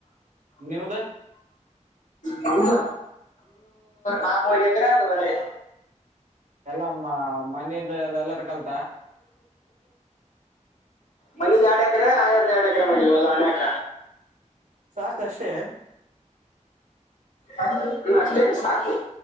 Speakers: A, on the right; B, on the left.
A: ನಿಮ್ದ
B: ಇವಾಗ ನಾಕುವರೆ ಮರ ಅದು ಬರೇ
A: ಎಲ್ಲಮ್ಮ ಮನದಲ್ಲ ಚಲ್ತ
B: ಮನಿದ ಎರಡು ಎಕರೆ ಆಯರ್ ದ ಎರಡು ಎಕರೆ ಮಾಡಿವ ಹೊಲ ಅಣಕ
A: ಸಾಕಷ್ಟೇ.
B: ಹ್ಮ್ ಅಷ್ಟೇ ಸಾಕು